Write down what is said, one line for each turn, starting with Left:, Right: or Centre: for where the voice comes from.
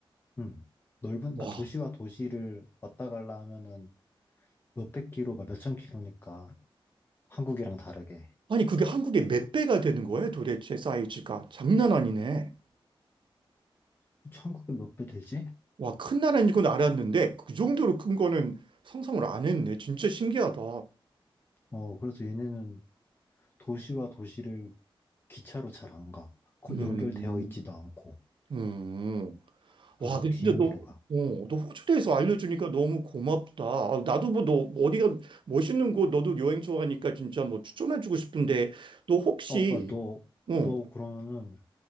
Left: 음. 넓은, 그러니까
Right: 와,
Left: 도시와 도시를 왔다 갈라 하면은 몇백 킬로, 막 몇천 킬로니까 한국이랑 다르게.
Right: 아니 그게 한국의 몇 배가 되는 거예요, 도대체 사이즈가? 장난 아니네.
Left: 그치, 한국에 몇 배 되지?
Right: 와, 큰 나라인 건 알았는데 그 정도로 큰 거는 상상을 안 했네. 진짜 신기하다.
Left: 어, 그래서 얘네는 도시와 도시를 기차로 잘 안 가. 거-
Right: 음,
Left: 연결되어 있지도 않고.
Right: 음.
Left: 그래서
Right: 와, 근데
Left: 비행기로
Right: 진짜 너,
Left: 가.
Right: 어, 너 호주 대해서 알려주니까 너무 고맙다. 아, 나도 뭐 너 어디가 멋있는 곳, 너도 여행 좋아하니까 진짜 뭐 추천해주고 싶은데 너 혹시
Left: 어, 오빠, 너,
Right: 어,
Left: 너 그러면은